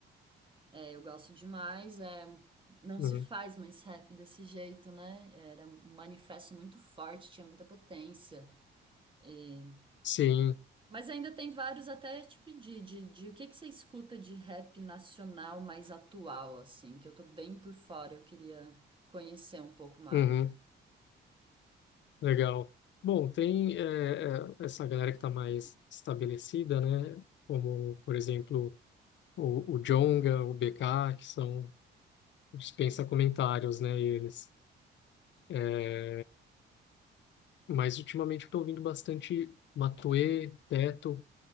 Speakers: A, on the right; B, on the left.
A: É, eu gosto demais. É, não
B: Uhum.
A: se faz mais rap desse jeito, né? Era um manifesto muito forte, tinha muita potência. E-
B: Sim.
A: Mas ainda tem vários até te pedir de, de o que que você escuta de rap nacional mais atual, assim, que eu tô bem por fora, eu queria conhecer um pouco mais.
B: Uhum. Legal. Bom, tem eh, eh, essa galera que está mais estabelecida, né? Como, por exemplo, o, o Djonga, o BK, que são dispensa comentários, né? Eles. Eh, mas ultimamente eu estou ouvindo bastante Matuê, Teto,